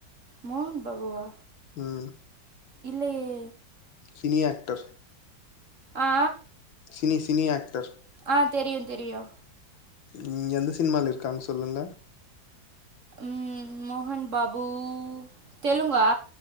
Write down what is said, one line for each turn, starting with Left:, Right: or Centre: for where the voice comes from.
Right: மோகன் பாபுவா
Left: ம்
Right: இல்லையே
Left: சினி ஆக்டர்
Right: ஆ
Left: சினி சினி ஆக்டர்
Right: ஆ தெரியு தெரியு
Left: ம் எந்த சினிமால இருக்காங்க சொல்லுங்க
Right: ம் மோகன் பாபு தெலுங்கா